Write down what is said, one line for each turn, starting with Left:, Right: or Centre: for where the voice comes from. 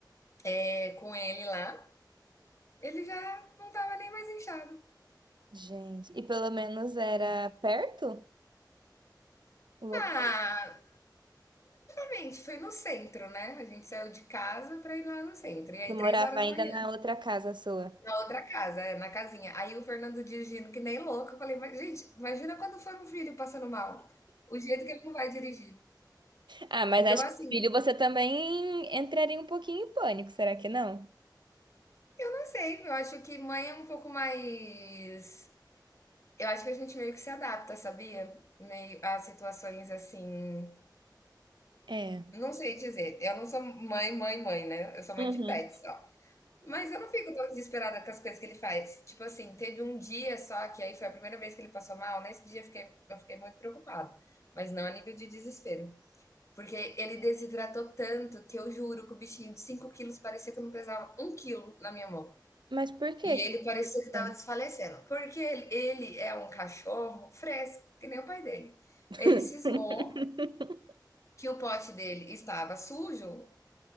Left: é, com ele lá, ele já não tava nem mais inchado.
Right: Gente, e pelo menos era perto? O local
Left: Ah, realmente, foi no centro, né? A gente saiu de casa pra ir lá no centro. E aí,
Right: que Tu
Left: três
Right: morava
Left: horas
Right: ainda
Left: da manhã,
Right: na outra casa sua.
Left: na outra casa, é, na casinha. Aí o Fernando dirigindo que nem louco. Eu falei, mas, gente, imagina quando for um filho passando mal. O jeito que ele não vai dirigir.
Right: Ah, mas
Left: Então,
Right: acho
Left: assim,
Right: que filho, você também entraria um pouquinho em pânico, será que não?
Left: eu não sei. Eu acho que mãe é um pouco mais. Eu acho que a gente meio que se adapta, sabia? Meio a situações assim
Right: É.
Left: Não sei dizer, eu não sou mãe, mãe, mãe, né, eu sou mãe
Right: Uhum.
Left: de pet só. Mas eu não fico tão desesperada com as coisas que ele faz. Tipo assim, teve um dia só que aí foi a primeira vez que ele passou mal, nesse dia eu fiquei eu fiquei muito preocupada, mas não a nível de desespero, porque ele desidratou tanto que eu juro que o bichinho de 5 quilos parecia que não pesava um quilo na minha mão.
Right: Mas por que
Left: E
Right: que
Left: ele parecia que
Right: então?
Left: estava desfalecendo, porque ele ele é um cachorro fresco, que nem o pai dele.
Right: <laughs>
Left: Ele cismou que o pote dele estava sujo